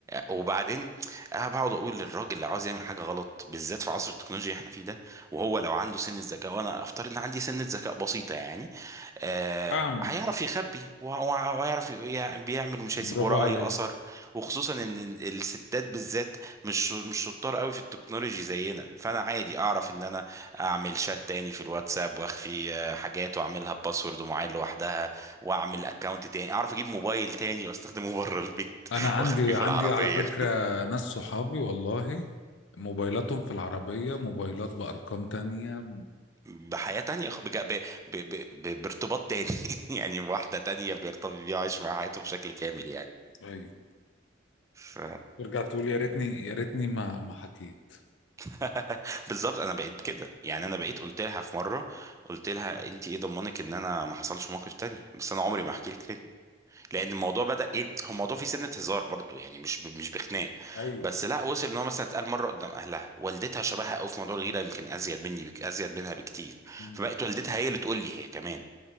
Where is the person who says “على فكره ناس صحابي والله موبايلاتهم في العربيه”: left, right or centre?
Left